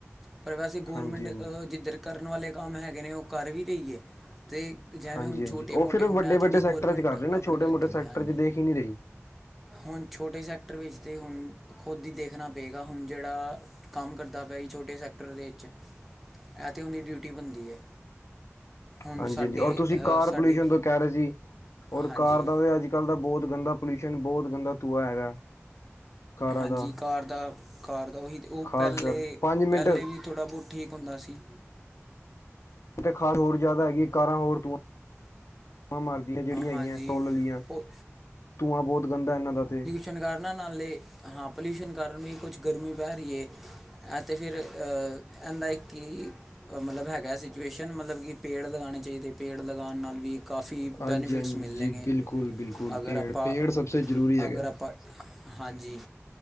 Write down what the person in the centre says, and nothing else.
ਪਰ ਵੈਸੇ ਗੌਰਮੈਂਟ
ਜਿੱਧਰ ਕਰਨ ਵਾਲੇ ਕੰਮ ਹੈਗੇ ਨੇ ਉਹ ਕਰ ਵੀ ਰਹੀ ਏ। ਤੇ ਜਿਵੇਂ
ਹੁਣ
ਛੋਟੇ-ਮੋਟੇ
ਹੁੰਣ
ਆ ਥੋੜ੍ਹੀ
ਗੌਰਮੈਂਟ
ਆਪਣੇ
ਰੱਖੇਗੀ
ਹਾਂਜੀ।
ਹੁਣ ਛੋਟੇ ਸੈਕਟਰ ਵਿੱਚ ਹੁਣ ਖੁਦ ਦੀ ਦੇਖ ਦੇਖਣਾ ਪਏਗਾ ਹੁਣ ਜਿਹੜਾ ਕੰਮ ਕਰਦਾ ਪਿਆ ਜੀ ਛੋਟੇ ਸੈਕਟਰ ਦੇ ਵਿੱਚ। ਇਹ ਤੇ ਉਹਦੀ ਡਿਊਟੀ ਬਣਦੀ ਹੈ। ਹੁਣ
ਸਾਡੇ
ਅ
ਸਾਡੀ
ਹਾਂਜੀ
ਹਾਂਜੀ,
ਕਾਰ ਦਾ- ਕਾਰ ਦਾ ਉਹੀ ਉਹ
ਪਹਿਲੇ-ਪਹਿਲੇ
ਵੀ ਥੋੜ੍ਹਾ ਬਹੁਤ ਠੀਕ ਹੁੰਦਾ ਸੀ।
ਹਾਂਜੀ
ਉਹ
ਤਨਖਾਰ ਨਾਲੇ ਹਾਂ ਪੋਲਿਊਸ਼ਨ ਕਾਰਨ ਵੀ ਕੁਛ ਗਰਮੀ ਪੈ ਰਹੀ ਹੈ। ਐਤੇ ਫਿਰ ਐਦਾ ਇੱਕ ਮਤਲਬ ਹੈਗਾ ਸਿਚੁਏਸ਼ਨ ਮਤਲਬ ਕਿ ਪੇੜ ਲਗਾਣੇ ਚਾਹੀਦੇ ਪੇੜ ਲਗਾਣ ਨਾਲ ਵੀ ਕਾਫੀ
ਬੈਨੀਫਿਟਸ
ਮਿਲਣਗੇ
ਅਗਰ
ਆਪਾਂ-
ਅਗਰ ਆਪ ਪਰ ਹਾਂਜੀ।